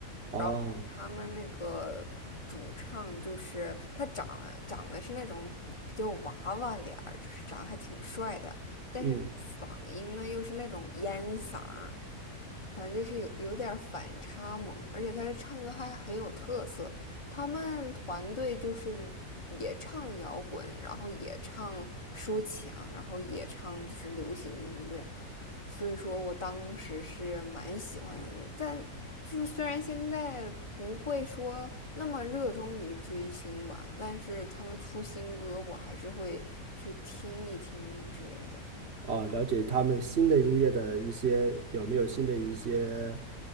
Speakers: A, on the right; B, on the left.
A: 哦，
B: 然后他们那个主唱就是他长了长得是那种比较娃娃脸儿，就是长得还挺帅的，但是嗓音呢又是那种烟嗓儿，
A: 嗯。
B: 反正就是有有点儿反差萌，而且他唱歌还很有特色。他们团队就是也唱摇滚，然后也唱抒情，然后也唱就是流行音乐，所以说我当时是蛮喜欢的。但就是虽然现在不会说那么热衷于追星吧，但是他们出新歌，我还是会去听一听之类的。
A: 哦，了解他们新的音乐的一些有没有新的一些